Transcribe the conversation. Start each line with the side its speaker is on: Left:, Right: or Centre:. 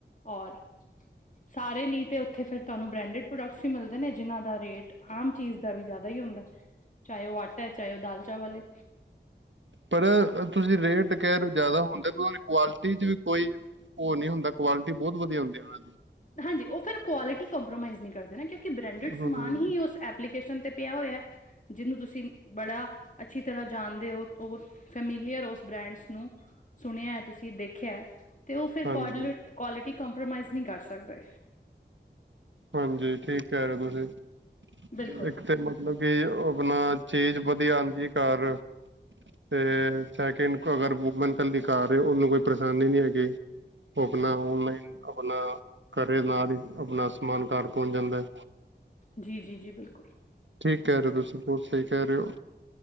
Left: ਔਰ। ਸਾਰੇ ਨੀ ਤੇ ਉੱਥੇ ਫਿਰ ਤੁਹਾਨੂੰ ਬ੍ਰੈਂਡਡ ਪ੍ਰੋਡਕਟਸ ਈ ਮਿਲਦੇ ਨੇ ਜਿਨਾਂ ਦਾ ਰੇਟ। ਆਮ ਚੀਜ਼ ਦਾ ਵੀ ਜ਼ਿਆਦਾ ਈ ਹੁੰਦਾ ਚਾਹੇ ਉਹ ਆਟਾ ਐ ਚਾਹੇ ਉਹ ਦਾਲ ਚਾਵਲ ਐ।
Right: ਪਰ ਤੁਸੀਂ ਰੇਟ ਕਹਿ ਰੇ ਓ ਜਿਆਦਾ ਹੁੰਦੇ ਕੁਆਲਿਟੀ ਚ ਵੀ ਕੋਈ ਓ ਨਹੀਂ ਹੁੰਦਾ। ਪਰ ਕੁਆਲਿਟੀ ਬਹੁਤ ਵਧੀਆ ਹੁੰਦੀ ਉਹਨਾਂ ਦੀ।
Left: ਹਾਂਜੀ, ਉਹ ਫਿਰ ਕੁਆਲਿਟੀ ਕੰਪਰੋਮਾਈਜ਼ ਨਹੀਂ ਕਰਦੇ ਨਾ, ਕਿਉਂਕਿ ਬ੍ਰੈਂਡਡ
Right: ਹੂੰ
Left: ਸਮਾਨ ਹੀ ਉਸ ਐਪ। ਐਪਲੀਕੇ ਤੇ ਪਿਆ ਹੋਇਆ, ਜਿਹਨੂੰ ਤੁਸੀਂ ਬੜਾ। ਅੱਛੀ ਤਰ੍ਹਾਂ ਜਾਣਦੇ ਹੋ, ਸਮੀਲੀਅਰ ਓ ਉਸ ਬ੍ਰਾਂਡ ਨੂੰ। ਸੁਣਿਆ ਤੁਸੀਂ ਦੇਖਿਆ ਤੇ ਉਹ ਫਿਰ
Right: ਹਾਂਜੀ
Left: ਕੁਆਲਿਟੀ ਕੰਪ੍ਰੋਮਾਈਜ਼ ਨਹੀਂ ਕਰ ਸਕਦੇ।
Right: ਹਾਂਜੀ ਠੀਕ ਕਹਿ ਰਹੇ ਤੁਸੀਂ,
Left: ਬਿਲਕੁਲ
Right: ਇੱਕ ਤੇ ਮਤਲਬ ਕਿ ਆਪਣਾ ਚੀਜ਼ ਵਧੀਆ ਆਉਂਦੀ ਘਰ ਤੇ ਸੈਕਿੰਡ ਅਗਰ ਵੂਮੈਨ ਇਕੱਲੀ ਘਰ ਏ ਉਹਨੂੰ ਕੋਈ ਪਰੇਸ਼ਾਨੀ ਨਹੀਂ ਹੈਗੀ। ਉਹ ਆਪਣਾ ਔਨਲਾਈਨ ਆਪਣਾ ਘਰੇ ਨਾਲ ਹੀ ਆਪਣਾ ਸਮਾਨ ਘਰ ਪਹੁੰਚ ਜਾਂਦਾ ਐ।
Left: ਜੀ, ਜੀ, ਜੀ ਬਿਲਕੁਲ।
Right: ਠੀਕ ਕਹਿ ਰਹੇ ਹੋ, ਤੁਸੀਂ ਬਹੁਤ ਸਹੀ ਕਹਿ ਰੇ ਓ।